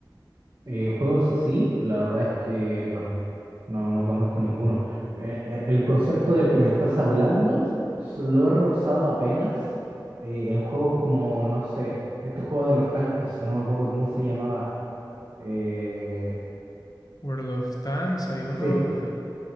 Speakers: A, on the right; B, on the left.
A: Eh, juegos así, la verdad es que no. No, no conozco ninguno. Eh, eh, el concepto del que me estás hablando s- lo he rozado apenas eh, en juegos como, no sé, este juego de los tanques, no me acuerdo cómo se llamaba. Eh,
B: World of Tanks, hay uno.
A: sí,
B: des-